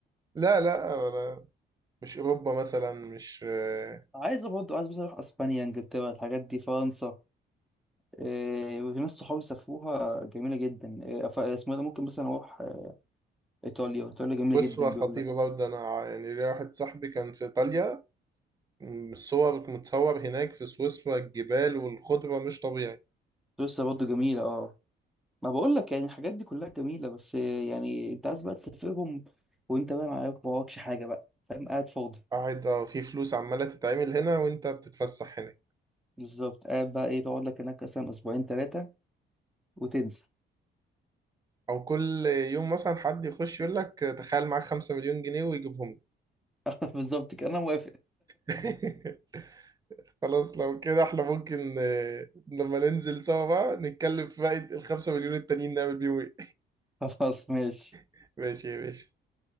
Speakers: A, on the right (about 20°); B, in the centre.
A: لا لا أنا مش أوروبا مثلا مش آه،
B: عايز برضه عايز بس اروح اسبانيا انجلترا الحاجات دي فرنسا إيه وفي ناس صحابي سافروها جميله جدا إيه ف- اسمه إيه ده ممكن مثلا اروح آه، ايطاليا ايطاليا جميله
A: أسوة
B: جدا
A: خطيرة
B: بيقول لك
A: برضه أنا ع- يعني ليا واحد صاحبي كان في إيطاليا الصور متصور هناك في سويسرا الجبال والخضرة مش طبيعي
B: سويسرا برضه جميله اه ما بقول لك يعني الحاجات دي كلها جميله بس آه، يعني انت عايز بقى تسافرهم وانت بقى معاك ما وراكش حاجه بقى فاهم قاعد فاضي
A: قاعد آه، في فلوس عمالة تتعمل هنا وانت بتتفسح هنا
B: بالظبط قاعد بقى ايه تقعد لك هناك مثلا اسبوعين ثلاثه وتنسى
A: او كل يوم مثلا حد يخش يقول لك تخيل معاك خمسة مليون جنيه ويجيبهم
B: <laughs> بالظبط كده انا موافق
A: لك <laughs> خلاص لو كده احنا ممكن آه، لما ننزل سوا بقى نتكلم في باقي الخمسة مليون التانيين نعمل بيهم ايه
B: <laughs> خلاص ماشي
A: <laughs> ماشي يا باشا